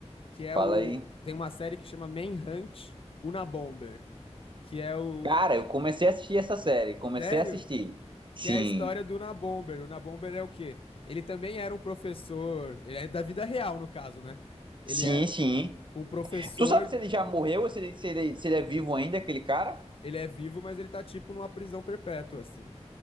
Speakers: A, on the left (about 50°); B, on the right (about 45°).
A: que é
B: Fala
A: o.
B: aí.
A: Tem uma série que chama Manhunt Unabomber, que é o.
B: Cara, eu comecei a assistir essa série. Comecei
A: Sério?
B: a assistir. Sim.
A: Que é a história do Unabomber. O Unabomber é o quê? Ele também era um professor, ele é da vida real, no caso, né?
B: Sim,
A: Ele era
B: sim.
A: um professor,
B: Tu sabe se ele já morreu ou se ele, se ele, se ele é vivo ainda, aquele cara?
A: ele é vivo, mas ele tá tipo numa prisão perpétua, assim.